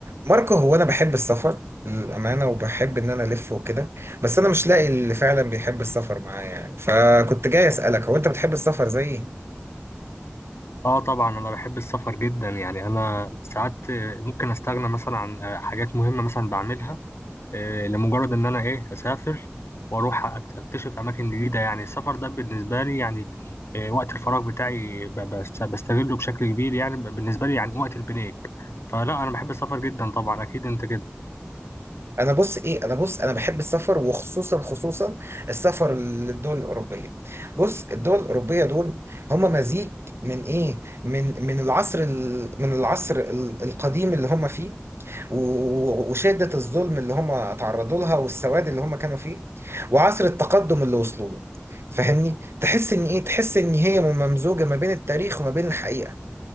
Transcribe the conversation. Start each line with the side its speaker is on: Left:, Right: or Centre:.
Right: ماركو هو انا بحب السفر للامانه وبحب ان انا الف وكده بس انا مش لاقي اللي فعلا بيحب السفر معايا يعني فكنت جاي اسالك هو انت بتحب السفر زيي
Left: اه طبعا انا بحب السفر جدا يعني انا ساعات ممكن استغنى مثلا عن حاجات مهمه مثلا بعملها آه، لمجرد ان انا ايه اسافر واروح أكت- اكتشف اماكن جديده يعني السفر ده بالنسبه لي يعني آه، وقت الفراغ بتاعي ب- بست- بستغله بشكل كبير يعني ب- بالنسبه لي يعني وقت البريك فلا انا بحب السفر جدا طبعا اكيد انت كده
Right: انا بص ايه انا بص انا بحب السفر وخصوصا خصوصا السفر للدول الاوروبيه بص الدول الاوروبيه دول هم مزيج من ايه من من العصر ال... من العصر ال- القديم اللي هم فيه و- وشدة الظلم اللي هم تعرضوا لها والسواد اللي هم كانوا فيه وعصر التقدم اللي وصلوا له فاهمني تحس ان ايه تحس ان هي ممزوجة ما بين التاريخ وما بين الحقيقة